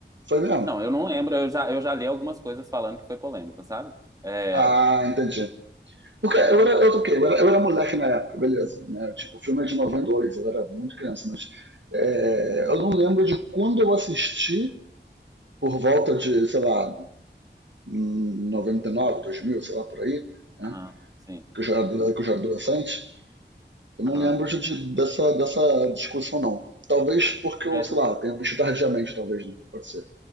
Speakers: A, on the right; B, on the right.
A: Foi mesmo?
B: Não, eu não lembro, eu já, eu já li algumas coisas falando que foi polêmico, sabe? É,
A: Ah, entendi. Porque
B: entendeu?
A: eu era, eu, o quê? Eu, era, eu era moleque na época, beleza. Né? Tipo, o filme é de 92, eu era muito criança, mas é, eu não lembro de quando eu assisti, por volta de, sei lá, 99, 2000, sei lá, por aí, né?
B: Aham, sim.
A: que, eu já era,
B: Hum,
A: que eu já era adolescente. Eu não
B: Aham.
A: lembro de, de, dessa, dessa discussão, não. Talvez porque eu,
B: É,
A: sei lá, tenha visto tardiamente, talvez, né? Pode ser.